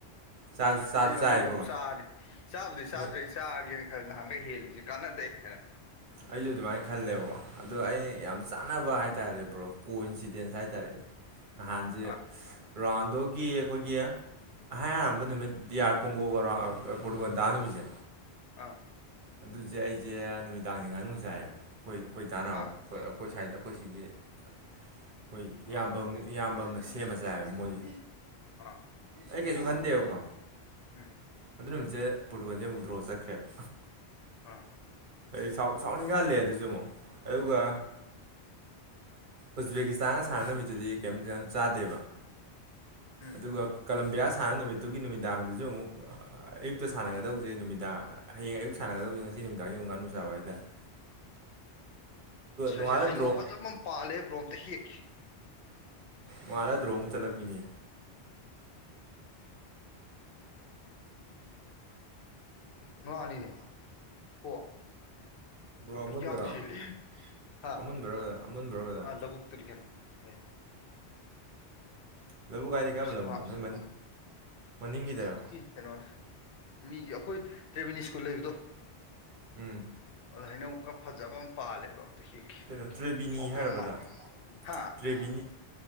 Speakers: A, on the right; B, on the left.
A: ꯆꯥꯁꯨ ꯆꯥꯁꯨ
B: ꯑꯩ ꯃꯅꯨꯡ
A: ꯆꯥꯏꯌꯦꯕꯀꯣ
B: ꯑꯗꯨꯝ ꯆꯥꯔꯅꯤ ꯆꯥꯕꯨꯗꯤ ꯆꯥꯗ꯭ꯔꯦ
A: ꯑꯗꯨ
B: ꯆꯥꯒꯦꯅ ꯈꯔ ꯅꯍꯥꯟꯒ ꯍꯦꯜꯂꯤꯁꯤ ꯀꯥꯟꯅꯗꯩ ꯍꯥꯏꯅ
A: ꯑꯩꯁꯨ ꯑꯗꯨꯃꯥꯏꯅ ꯈꯜꯂꯦꯕꯀꯣ ꯑꯗꯣ ꯑꯩꯩꯅ ꯌꯥꯝ ꯆꯥꯅꯕ ꯍꯥꯏꯔꯦ ꯍꯥꯏꯇꯥꯔꯦ ꯭ꯔꯣ ꯀꯣ ꯏꯟꯁꯤꯗꯦꯟꯁ ꯍꯥꯏꯇꯥꯔꯦꯅꯦ ꯅꯍꯥꯟꯁꯦ
B: ꯑꯥ
A: ꯔꯥꯟꯗꯨꯣꯒꯤ ꯑꯩꯈꯣꯏꯒꯤ ꯍ ꯑꯥꯟꯕ ꯅꯨꯃꯤꯠ ꯗꯤꯌꯥꯔ ꯀꯣꯡꯒꯣꯒꯧꯔꯣ ꯄꯣꯔꯇꯨꯒꯜꯗꯥ ꯅꯨꯃꯤꯠꯁꯦ
B: ꯑꯥ
A: ꯑꯗꯨꯁꯦ ꯑꯩꯁꯦ ꯅꯨꯃꯤꯗꯥꯡꯁꯦ ꯉꯥꯅꯨ ꯆꯥꯏꯌꯦꯕ ꯑꯩꯈꯣꯏꯗ ꯑꯩꯈꯣꯏ ꯗꯥꯅꯥ ꯍꯥꯎꯕ
B: ꯑꯥ
A: ꯑꯩꯈꯣꯏ ꯁ꯭ꯥꯏꯗ ꯑꯩꯈꯣꯏ ꯁꯤꯒꯤ ꯑꯩꯈꯣꯏ ꯏꯌꯥꯝꯕ
B: ꯑꯥ
A: ꯏꯌꯥꯝꯕ ꯑꯃꯅ ꯁꯦꯝꯃ ꯆꯥꯏꯕ ꯃꯣꯏꯁꯦ
B: ꯑꯥ
A: ꯑꯩ ꯀꯩꯁꯨꯒꯟꯗꯦ ꯑꯣ ꯀ
B: ꯎꯝ
A: ꯑꯗꯨ ꯅꯨꯃꯤꯠꯁꯦ ꯄꯣꯔꯇꯨꯒꯜꯁꯦ ꯑꯃꯨꯛ ꯗ꯭ꯔꯣ ꯆꯠꯈ꯭ꯔꯦꯕ
B: ꯑꯥ
A: ꯑꯩ ꯁꯥꯎꯟ ꯏꯟꯈꯍꯜꯂꯦ ꯑꯗꯨꯁꯨ ꯑꯃꯨꯛ ꯑꯗꯨꯒ ꯎꯖꯕꯦꯀꯤꯁꯇꯥꯟꯒ ꯁꯥꯟꯅꯕ ꯅꯨꯃꯤꯠꯇꯨꯗꯤ ꯀꯩꯝꯇ ꯌꯥꯝ ꯆꯥꯗꯦꯕ
B: ꯎꯝ
A: ꯑꯗꯨꯒ ꯀꯂꯝꯕꯤꯌꯥ ꯁꯥꯟꯅ ꯅꯨꯃꯤꯠꯇꯨꯒꯤ ꯅꯨꯃꯤꯗꯥꯡꯗꯁꯨ ꯑꯃꯨꯛ ꯑꯌꯨꯛꯇ ꯁꯥꯟꯅꯒꯗꯧꯁꯦ ꯅꯨꯃꯤꯗꯥꯡ ꯍꯌꯦꯡ ꯑꯌꯨꯛ ꯁꯥꯟꯅꯗꯧꯅꯤ ꯉꯁꯤ ꯅꯨꯃꯤꯗꯥꯡꯒꯤꯃꯨ ꯉꯅꯨ ꯆꯥꯕ ꯍꯥꯏꯗꯅ
B: ꯁꯁꯦ
A: ꯅꯣꯡꯉꯥꯜꯂ
B: ꯍꯩꯅꯧ
A: ꯗ꯭ꯔꯣ
B: ꯐꯖ ꯑꯃ ꯄꯥꯜꯂꯦ ꯕ꯭ꯔꯣꯝꯇ ꯍꯦꯛꯈꯤ
A: ꯃꯥꯔ ꯗꯔꯣꯡꯣꯡ ꯆꯂꯛ ꯄꯤꯅꯦ
B: ꯉꯉꯑꯅꯤꯅꯦ ꯍꯣ
A: ꯕ꯭ꯔꯣ
B: ꯀ ꯄ
A: ꯑꯃꯨꯟꯕꯔꯣ
B: ꯌꯥꯥꯡꯁꯤ ꯂꯩ ꯍꯥ
A: ꯑꯃꯨꯟꯕꯔꯣ ꯕꯗꯔ ꯑꯃꯨꯟꯕꯔꯣ ꯕꯗꯔ
B: ꯑ ꯂꯧꯕꯨꯛ ꯇꯔꯒꯦꯅꯣ ꯍꯣꯏ
A: ꯂꯧꯕꯨꯛ ꯀꯥꯏꯗꯤ ꯀꯌꯥꯝ
B: ꯏꯁ
A: ꯂꯧꯅꯣ
B: ꯉꯥ
A: ꯅꯣꯏ ꯃꯅꯤꯡꯈꯤꯗꯔ
B: ꯀꯩꯅꯣꯅꯤ ꯃꯤꯒꯤ ꯑꯩꯈꯣꯏ ꯇ꯭ꯔꯦꯕꯤꯅꯤ ꯁ꯭ꯀꯨꯜ ꯂꯩꯕꯗꯣ
A: ꯎꯝ
B: ꯑꯗꯣ ꯍꯩꯅꯧ ꯈꯔ ꯐꯖꯕ ꯑꯃ ꯄꯥꯜꯂꯦꯕ ꯑꯝꯇ ꯍꯦꯛꯀꯦ
A: ꯀꯩꯅꯣ ꯇ꯭ꯔꯦꯕꯤꯅꯤ
B: ꯍꯥꯎꯗꯣꯏꯕ
A: ꯍꯥꯏꯔꯣ ꯕꯗꯔ
B: ꯃꯥꯜꯂꯦ ꯍꯥ
A: ꯇ꯭ꯔꯦꯕꯤꯅꯤ